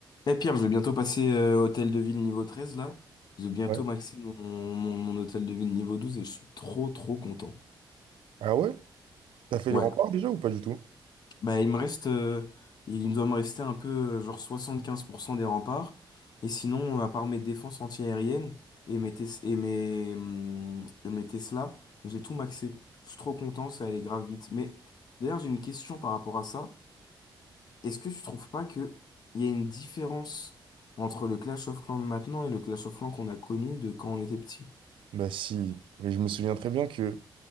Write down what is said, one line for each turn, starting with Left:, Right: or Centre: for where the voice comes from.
Left: Mais Pierre, je vais bientôt passer euh, hôtel de ville niveau 13 là. Je vais bientôt
Right: Ouais.
Left: maxer mon, mon, mon hôtel de ville niveau 12 et je suis trop trop content.
Right: Ah ouais? T'as fait
Left: Ouais.
Right: les remparts déjà ou pas du tout?
Left: Bah il me reste euh, il doit me rester un peu euh, genre 75% des remparts. Et sinon, à part mes défenses antiaériennes et mes, tes- et mes, hum, et mes Tesla, j'ai tout maxé. Je suis trop content, ça allait grave vite. Mais d'ailleurs j'ai une question par rapport à ça. Est-ce que tu trouves pas que il y a une différence entre le Clash of Clans de maintenant et le Clash of Clans qu'on a connu de quand on était petit?
Right: Bah si, mais je me souviens très bien que